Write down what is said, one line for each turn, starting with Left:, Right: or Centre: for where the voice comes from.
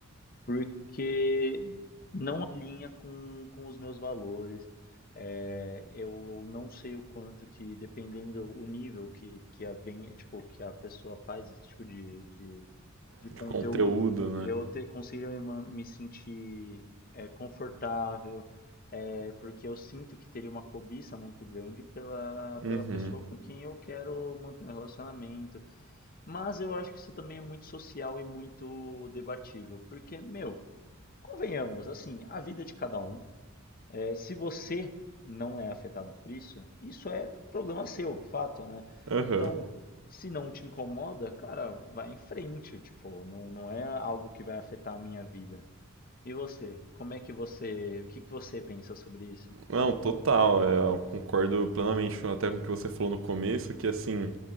Left: porque não alinha com, com os meus valores. É, eu não sei o quanto que, dependendo o nível que, que a, vem, tipo, que a pessoa faz esse tipo de de de
Right: De
Left: conteúdo,
Right: conteúdo, né?
Left: eu ter conseguido me, man- me sentir é, confortável, é, porque eu sinto que teria uma cobiça muito grande pela,
Right: Uhum.
Left: pela pessoa com quem eu quero manter um relacionamento. Mas eu acho que isso também é muito social e muito debatível, porque, meu, convenhamos, assim, a vida é de cada um. É, se você não é afetado por isso, isso é problema seu, fato, né?
Right: Aham.
Left: Então, se não te incomoda, cara, vai em frente, tipo, não, não é algo que vai afetar a minha vida. E você? Como é que você, o que que você pensa sobre isso?
Right: Não, total. é, eu concordo plenamente com- até com o que você falou no começo, que assim,